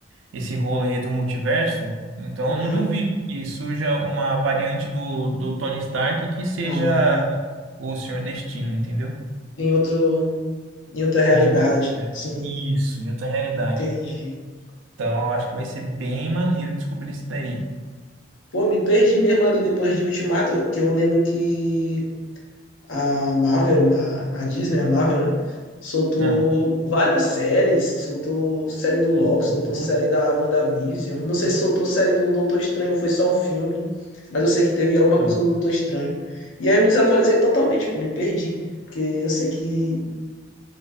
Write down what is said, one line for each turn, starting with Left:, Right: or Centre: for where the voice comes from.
Right: esse rolo aí do multiverso, então
Left: Uhum.
Right: eu não duvido que surja uma variante do, do Tony Stark que seja
Left: Ah,
Right: o Senhor Destino, entendeu?
Left: tem outro. Em outra realidade.
Right: Em outro... universo.
Left: Sim,
Right: Isso, em outra realidade.
Left: entendi.
Right: Então, eu acho que vai ser bem maneiro descobrir isso daí.
Left: Pô, me perdi mesmo ali depois de Ultimato, que eu lembro que a Marvel, a, a Disney, a Marvel, né? Soltou
Right: Né?
Left: várias séries, soltou série do Loki,
Right: Loucura.
Left: soltou série da WandaVision. Não sei se soltou série do Doutor Estranho ou foi só um filme, mas eu sei que teve alguma
Right: Hum.
Left: coisa do Doutor Estranho. E aí eu me desatualizei totalmente, pô, me perdi, porque eu sei que